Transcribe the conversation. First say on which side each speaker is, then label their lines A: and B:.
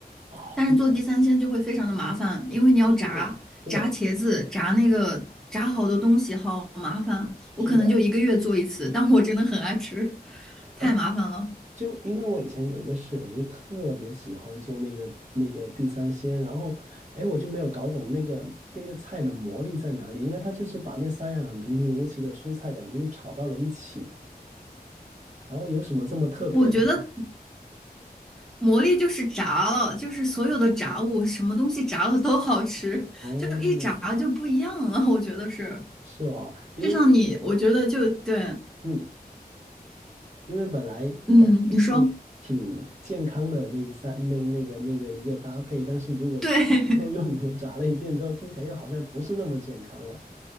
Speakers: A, on the right (about 45°); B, in the centre.
A: 哦，
B: 但是做地三鲜就会非常的麻烦，
A: 的确
B: 因为你要炸炸茄子，
A: 是，对，
B: 炸那个炸好多东西，好麻烦。
A: 是的。
B: 我可能就一个月做一次，但我真的很爱吃，太麻烦了。
A: 哎就因为我以前有一个室友，就特别喜欢做那个那个地三鲜，然后，哎，我就没有搞懂那个那个菜的魔力在哪里，因为他就是把那三样很平平无奇的蔬菜，感觉就炒到了一起，然后有什么这么特别的吗？
B: 我觉得魔力就是炸了，就是所有的炸物，什么东西炸了都好吃，
A: 哦，
B: <laughs> 就一炸就不一样了。我觉得是，
A: 是哦，因为
B: 就像你，我觉得就对，
A: 嗯，因为本来感觉是挺健康的那一三那那个那个一个搭配，
B: 嗯，你说
A: 但是如果全部都用油炸了一遍之后，
B: 对，
A: 听起来又好像不是那么健康了。